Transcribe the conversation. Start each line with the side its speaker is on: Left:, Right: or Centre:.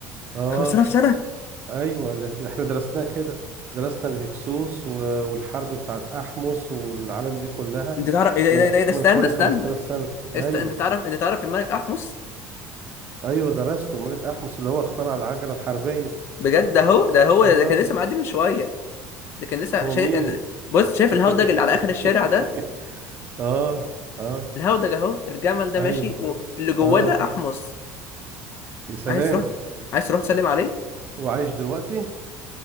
Right: اه
Left: 5000 سنة
Right: ايوه ال- احنا درسناها كده درسنا الهكسوس و- والحرب بتاعت احمس والعالم دي كلها
Left: انت تعرف ايه ده ايه
Right: من
Left: ده ايه ده إيه ده؟ استنى
Right: من حوالي
Left: استنى
Right: 5000 سنة ايوه
Left: است... انت تعرف انت تعرف الملك احمس
Right: ايوه درسته الملك احمس اللي هو اخترع العجلة الحربية
Left: بجد ده هو ده هو
Right: اه
Left: ده كان لسه معدي من شويه ده كان لسه
Right: هو
Left: شايف
Right: مين
Left: بص شايف
Right: <laughs>
Left: الهودج اللي على اخر الشارع ده
Right: اه اه
Left: الهودج اهو الجمل ده
Right: ايوه
Left: ماشي واللي جواه
Right: اه
Left: ده احمس
Right: يا سلام
Left: عايز تروح عايز تروح تسلم عليه
Right: وعايش دلوقتي